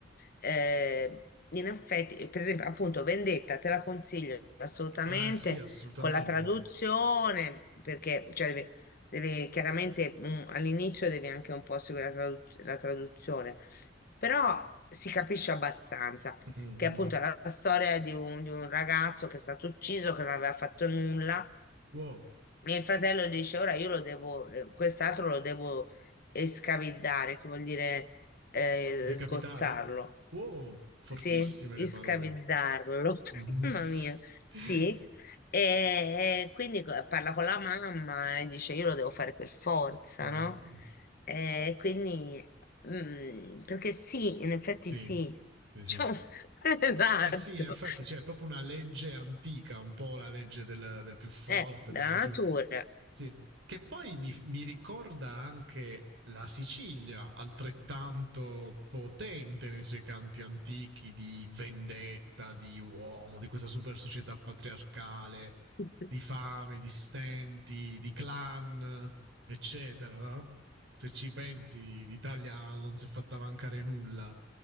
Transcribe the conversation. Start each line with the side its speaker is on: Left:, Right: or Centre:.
Left: eh, in effetti, per esempio, appunto, Vendetta te la consiglio assolutamente
Right: Eh, sì, assolutamente.
Left: con la traduzione, perché cioè, devi- devi- chiaramente mm, all'inizio devi anche un po' seguire la tradu- la traduzione però si capisce abbastanza
Right: Mm, mm.
Left: che appunto è la storia di un, di un ragazzo che è stato ucciso, che non aveva fatto nulla,
Right: Wow.
Left: e il fratello dice: Ora io lo devo, eh, quest'altro lo devo escavidare, che vuol dire eh,
Right: Decapitare?
Left: sgozzarlo.
Right: Wow, fortissime
Left: Sì, e
Right: le parole.
Left: scavillarlo,
Right: Mhm.
Left: <laughs> mamma mia,
Right: <laughs>
Left: sì. E, e quindi co- parla con la mamma e dice io lo devo fare per forza,
Right: Mm,
Left: no?
Right: mm.
Left: E quindi, mm, perché sì, in effetti
Right: Sì,
Left: sì,
Right: sì,
Left: Cioè,
Right: sì.
Left: <laughs> esatto,
Right: Eh sì, in effetti c'è proprio una legge antica, un po' la legge del, del più forte,
Left: è la
Right: della giù.
Left: natura.
Right: Sì. Che poi mi, mi ricorda anche la Sicilia, altrettanto potente nei suoi canti antichi di vendetta, di uomo, di questa super società patriarcale,
Left: <laughs>
Right: di fame, di stenti, di clan, eccetera, no? Se ci pensi, l'Italia non si è fatta mancare nulla.